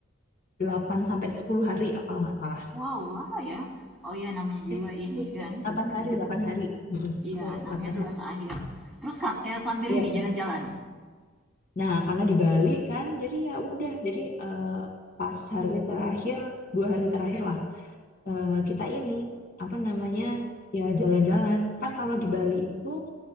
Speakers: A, on the left; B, in the centre.
A: 8 sampai 10 hari kalau nggak salah.
B: Wow, lama ya. Oh iya, namanya juga
A: Eh,
B: ini
A: eh,
B: kan.
A: delapan hari, delapan hari. mm
B: Iya,
A: Aku
B: namanya
A: 8
B: tugas
A: hari.
B: akhir. Terus kan eh, sambil
A: Iya.
B: ini jalan-jalan.
A: Nah, karena di Bali kan, jadi ya udah, jadi eh, pas hari terakhir, dua hari terakhir lah, eh, kita ini, apa namanya, ya jalan-jalan. Kan kalau di Bali itu